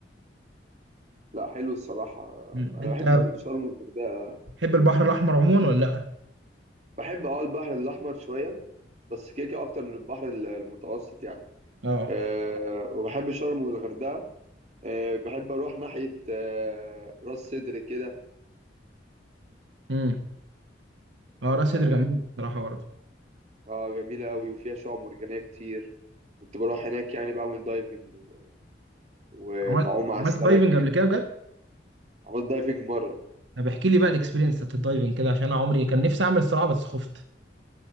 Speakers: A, on the right; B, on the right.
A: لا حلو الصراحة
B: مم.
A: أنا
B: انت
A: بحب برضه شرم والغردقة
B: بتحب البحر الاحمر عموما ولا لا
A: بحب أه البحر الأحمر شوية بس كده كده أكتر من البحر ال- المتوسط يعني
B: اه
A: أه وبحب شرم والغردقة أه بحب أروح ناحية أه راس سدر كده
B: امم اه
A: أه
B: راس سدر جميل بصراحة برضه
A: آه، جميلة أوي وفيها شعاب مرجانية كتير كنت بروح هناك يعني بعمل دايفنج و- وبعوم
B: عملت
A: على
B: عملت
A: السمك
B: دايفنج قبل كده بجد
A: عملت دايفنج مرة
B: طب احكي لي بقى الاكسبيرينس بتاعت الدايفنج كده عشان انا عمري كان نفسي اعمل الصراحة بس خفت